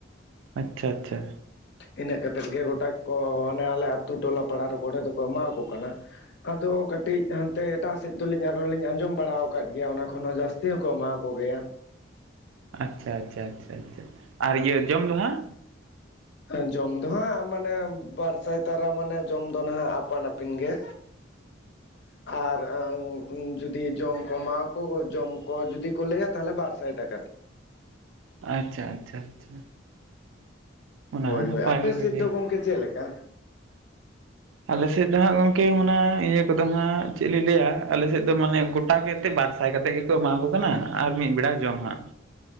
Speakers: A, on the right (about 80°); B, on the left (about 60°).
A: ᱟᱪᱪᱷᱟ ᱟᱪᱪᱷᱟ
B: ᱤᱱᱟᱹᱜ ᱠᱟᱛᱮᱫ ᱜᱮ ᱜᱚᱴᱟ ᱠᱚ ᱚᱱᱮ ᱟᱞᱮ ᱟᱹᱛᱩ ᱴᱚᱞᱟ ᱯᱟᱲᱟ ᱨᱮ ᱚᱸᱰᱮ ᱫᱚᱠᱚ ᱮᱢᱟᱠᱚ ᱠᱟᱱᱟ᱾ ᱟᱫᱚ ᱠᱟᱹᱴᱤᱡ ᱦᱟᱱᱛᱮ ᱮᱴᱟᱜ ᱥᱮᱫ ᱫᱚᱞᱤᱧ ᱟᱨᱚᱸ ᱞᱤᱧ ᱟᱸᱡᱚᱢ ᱵᱟᱲᱟ ᱟᱠᱟᱫ ᱜᱮᱭᱟ ᱚᱱᱟ ᱠᱷᱚᱱᱚᱱ ᱦᱚᱸ ᱡᱟᱹᱥ ᱛᱤ ᱦᱚᱸᱠᱚ ᱮᱢᱟᱣ ᱠᱚ ᱜᱮᱭᱟ᱾
A: ᱟᱪᱪᱷᱟ ᱟᱪᱪᱷᱟ ᱟᱪᱪᱷᱟ ᱟᱨ ᱤᱭᱟᱹ ᱡᱚᱢ ᱫᱚ ᱦᱟᱸᱜ,
B: ᱮ ᱡᱚᱢ ᱫᱚ ᱦᱟᱸᱜ ᱢᱟᱱᱮ ᱵᱟᱨ ᱥᱟᱭ ᱛᱟᱨᱟ ᱢᱟᱱᱮ ᱡᱚᱢ ᱫᱚ ᱱᱟᱦᱟᱜ ᱟᱯᱟᱱ ᱟᱹᱯᱤᱱ ᱜᱮ᱾ <unintelligible> ᱟᱨ ᱡᱩᱫᱤ ᱡᱚᱢ ᱠᱚ ᱮᱢᱢᱟᱠᱚ ᱡᱚᱢ ᱠᱚ ᱡᱩᱫᱤ ᱠᱚ ᱞᱟᱹᱭᱟ ᱛᱟᱦᱚᱞᱮ ᱵᱟᱨ ᱥᱟᱭ ᱴᱟᱠᱟ᱾
A: ᱟᱪᱪᱷᱟ ᱟᱪᱪᱷᱟ ᱟᱪᱪᱷᱟ ᱚᱱᱟ
B: ᱦᱳᱭ
A: ᱦᱚᱸ
B: ᱦᱳᱭ
A: ᱱᱟᱯᱟᱭ
B: ᱟᱯᱮ ᱥᱮᱫ
A: ᱜᱮ
B: ᱫᱚ ᱜᱚᱢᱠᱮ ᱪᱮᱫ ᱞᱮᱠᱟ?
A: ᱟᱞᱮᱥᱮᱫ ᱫᱚ ᱦᱟᱸᱜ ᱜᱚᱝᱠᱮ ᱚᱱᱟ ᱤᱭᱟᱹ ᱠᱚᱫᱚ ᱦᱟᱸᱜ ᱪᱮᱫ ᱞᱤᱧ ᱞᱟᱹᱭᱟ ᱟᱞᱮᱥᱮᱫ ᱫᱚ ᱢᱟᱱᱮ ᱜᱚᱴᱟᱜᱮ ᱛᱮ ᱵᱟᱨ ᱥᱟᱭ ᱠᱟᱛᱮᱫ ᱜᱮᱠᱚ ᱮᱢᱟ ᱠᱚ ᱠᱟᱱᱟ ᱟᱨ ᱢᱤᱫ ᱵᱮᱲᱟ ᱡᱚᱢ ᱦᱟᱸᱜ᱾